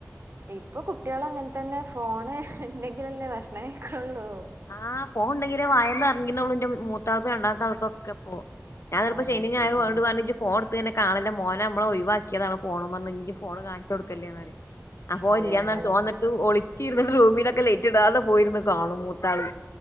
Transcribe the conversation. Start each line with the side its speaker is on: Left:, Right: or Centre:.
Right: ഇപ്പൊ കുട്ടികള് അങ്ങനെ തന്നെ ഫോണ് ഇണ്ടങ്കിലല്ലേ ഭക്ഷണം കഴിക്കള്ളൂ
Left: ആ ഫോണ്ഉണ്ടെങ്കില് വായേന്ന് ഇറങ്ങുന്നളു മൂത്താൾക്കും രണ്ടാമത്തെ ആൾക്കും ഒക്കെ ഇപ്പൊ ഞാനിപ്പം
Right: അതെ
Left: ശനിം ഞായറും
Right: ശരിയാണ്
Left: ഓരോട് പറഞ്ഞു ഇജി ഫോൺ എടുത്ത് കാണല്ലേ മോനേ നമ്മള് ഒഴിവാക്കിയതാണ് ഫോണ് മെന്ന് ഫോണ് കാണിച്ച് കൊടുക്കല്ലേന്ന് പറയും അപ്പോ ഒന്
Right: അതന്നെ
Left: ഇല്ല എന്ന്
Right: അതന്നെ
Left: പറഞ്ഞിട്ട് ഒളിച്ചിരുന്ന് റൂമിലൊക്കെ ലൈറ്റ് ഇടാതെ പോയിരുന്നു കാണും മൂത്താള്